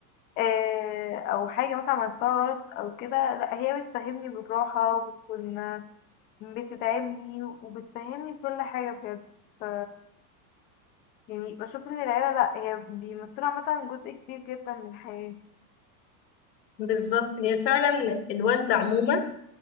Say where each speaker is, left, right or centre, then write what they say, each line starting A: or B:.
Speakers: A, on the left; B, on the left.
A: آه، او حاجه مثلا عملتها غلط او كده لا هي بتفهمني بالراحه وبتكون بتدعمني وبتفهمني كل حاجه بجد ف يعني بشوف ان العيله لا هي بيمثلوا عامه جزء كبير جدا من الحياه
B: بالظبط هي فعلا الوالدة عموما